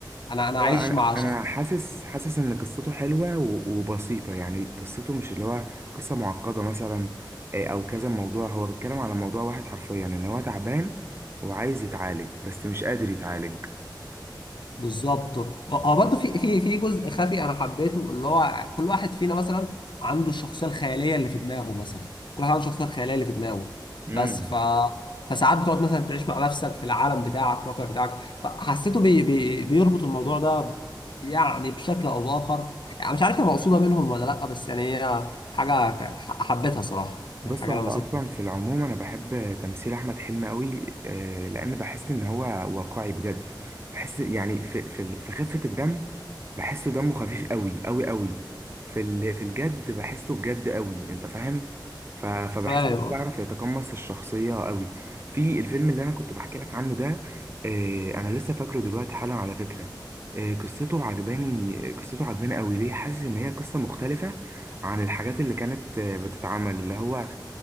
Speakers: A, on the left; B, on the right.
A: انا انا
B: هو
A: عايش
B: انا
A: مع
B: انا
A: شخص
B: حاسس حاسس ان قصته حلوه و- وبسيطه يعني قصته مش اللي هو قصه معقده مثلا آه، او كذا موضوع هو بيتكلم على موضوع واحد حرفيا ان هو تعبان وعايز يتعالج بس مش قادر يتعالج
A: بالظبط اه برضه في في في جزء خفي انا حبيته اللي هو كل واحد فينا مثلا عنده الشخصيه الخياليه اللي في دماغه مثلا كل واحد عنده الشخصيه الخياليه اللي في دماغه
B: امم
A: بس ف فساعات بتقعد مثلا تعيش مع نفسك في العالم بتاعك الواقع بتاعك فحسيته بي... بي... بيربط الموضوع ده يعني بشكل او باخر يعني مش عارف هي مقصوده منهم ولا لا بس يعني هي حاجه ك- ح- حبيتها صراحه يعني
B: بص
A: حاجه
B: هو
A: لمستني
B: اصلا في العموم انا بحب تمثيل احمد حلمي قوي آه، لان بحس ان هو واقعي بجد بحس يعني في في ال- في خفة الدم بحسه دمه خفيف قوي قوي قوي في ال- في الجد بحسه بجد قوي انت فاهم ف- فبحس
A: فاهم
B: ان هو بيعرف يتقمص الشخصية قوي في الفيلم اللي انا كنت بحكي لك عنه ده آه، انا لسه فاكره دلوقتي حالا على فكرة آه، قصته عجباني قصته عجباني قوي ليه حاسس ان هي قصة مختلفة عن الحاجات اللي كانت آه، بتتعمل اللي هو آه،